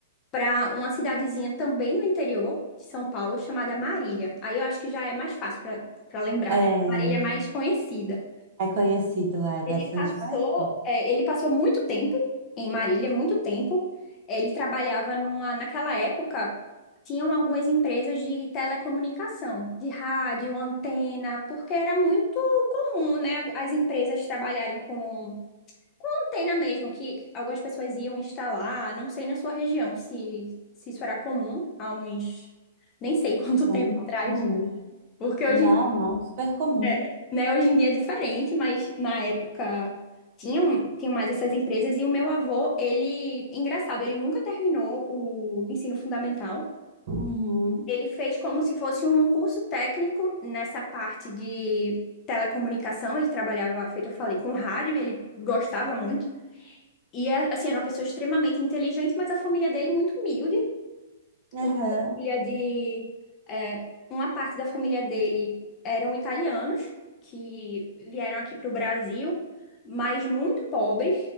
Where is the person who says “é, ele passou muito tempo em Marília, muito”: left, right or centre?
Left